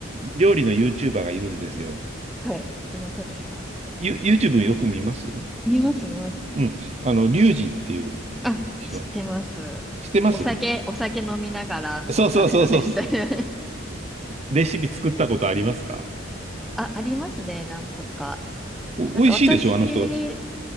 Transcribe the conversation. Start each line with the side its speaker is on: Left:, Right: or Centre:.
Right: 料理の YouTuber がいるんですよ。
Centre: はいどなたですか
Right: ユ、YouTube よく見ます
Centre: 見ます、見ます。
Right: うん。あの、リュウジっていう
Centre: あ、
Right: 人。
Centre: 知ってます。
Right: 知ってます
Centre: お酒、お酒飲みながらもされるです。
Right: そうそうそうそう。
Centre: <laughs>
Right: レシピ作ったことありますか
Centre: あ、ありますね、何個か。
Right: お、
Centre: なんか私、
Right: 美味しいでしょ、あの人がつ。